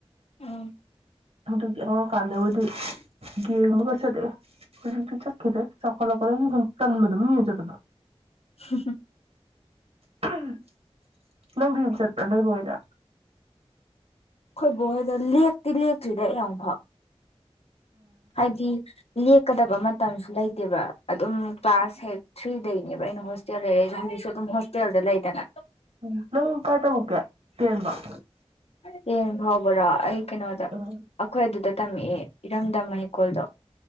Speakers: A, on the left; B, on the right.
A: ꯎꯝ
B: ꯑꯗꯨ ꯑꯉꯥꯡꯑꯣꯏꯀꯥꯟꯗꯕꯨꯗꯤ ꯌꯦꯡꯕꯒ ꯆꯠꯂꯑꯦ ꯍꯧꯖꯤꯛꯇꯤ ꯆꯠꯈꯤꯗ꯭ꯔꯦ ꯆꯥꯎꯈꯠꯂꯛꯄ ꯇꯟꯕꯗꯣ ꯃꯤꯃꯌꯨꯝ ꯆꯠꯄꯗꯣ
A: ꯍꯝ
B: <unintelligible> ꯅꯪꯗꯤ ꯑꯗꯨꯡ ꯆꯠꯄꯔꯣ ꯅꯣꯏꯕꯣꯛ ꯍꯣꯏꯗ
A: ꯑꯩꯈꯣꯏ ꯕꯣꯍꯣꯏꯗ ꯂꯦꯛꯇꯤ ꯂꯦꯛꯇ꯭ꯔꯤꯗ ꯑꯩ ꯑꯃꯨꯛ ꯐꯥꯎ ꯍꯥꯏꯗꯤ ꯂꯦꯛ ꯆꯛꯀꯗꯕ ꯃꯇꯝꯁꯨ ꯂꯩꯇꯦꯕ ꯑꯗꯨꯝ ꯀ꯭ꯂꯥꯁ ꯍꯦꯛ ꯊ꯭ꯔꯤꯗꯩꯅꯦꯕ ꯑꯩꯅ ꯍꯣꯁꯇꯦꯜ ꯂꯩꯔꯩꯖꯦ ꯍꯧꯖꯤꯛꯁꯨ ꯑꯗꯨꯝ ꯍꯣꯁꯇꯦꯜꯗ ꯂꯩꯗꯅ
B: ꯎ ꯅꯪ ꯀꯥꯏ ꯇꯝꯃꯛꯀꯦ ꯇꯦꯟꯕꯥꯎ
A: ꯇꯦꯟ ꯐꯥꯎꯕ꯭ꯔꯣ ꯑꯩ ꯀꯩꯅꯣꯗ
B: ꯎꯝ
A: ꯑꯩꯈꯣꯏ ꯑꯗꯨꯗ ꯇꯝꯃꯛꯑꯦ ꯏꯔꯝꯗꯝ ꯍꯩꯀꯣꯜꯗꯣ